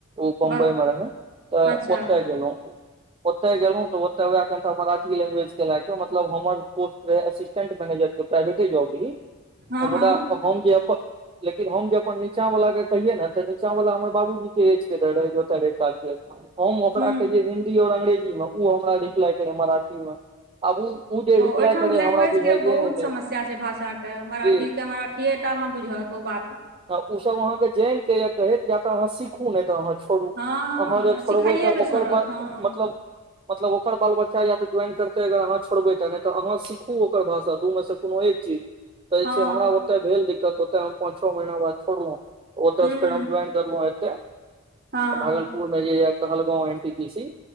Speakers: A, on the right; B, on the right.
A: ओ बम्बई
B: वाह
A: मे रहै तऽ
B: अच्छा
A: ओतय गेलहु ओते गेलहुँ तऽ ओते वए कनिटा मराठी लैंग्वेज के लए के मतलब हम सटेंटनेजर प्राइवेटे जॉब
B: हँ
A: मुदा
B: हँ
A: हम जे अपन लेकिन हम जे अपन नीचा वाला के कहिये ने तऽ नीचा वाला हमर बाबूजी के एज केते क हम ओकरा
B: हूँ
A: कहियै हिन्दी आऔर अंग्रेजी मे ओ हमरा लिखलागक रहय मराठी मे आब ओ ओ जे
B: ओहिठाम
A: करे
B: लैंग्वेज
A: हमरा बुझाइये
B: के बहुत
A: ने
B: समस्या छैय भाषा के मराठी
A: जे
B: के मराठीएटा मे बुझत ओ बात
A: आ ओसभ अहाँकेँ जानिके य कहैत या तऽ अहाँ सीखू नहि तऽ अहाँ छी छोड़ू
B: हँ
A: अहाँ जे छोड़बै
B: सिखाइएके
A: तऽ ओकर
B: छोड़त
A: बाद
B: हँ
A: मतलब मतलब ओकर बाल बच्चा या त ज्वान करे अगर आहाँ छोड़बै तऽ तऽ अहाँ सीखू ओकर भाषा दू मे से कोनो एक चीज तऽ जे
B: हँ
A: छैय हमरा ओ ओतअ भेल दिक्कत होतऽ पच छ महिना बाद छोड़ ओतअ
B: हूँ
A: फेर जइन करलौ है एते
B: हँ
A: भागलपुर मे जे या Kahalgaon N T P C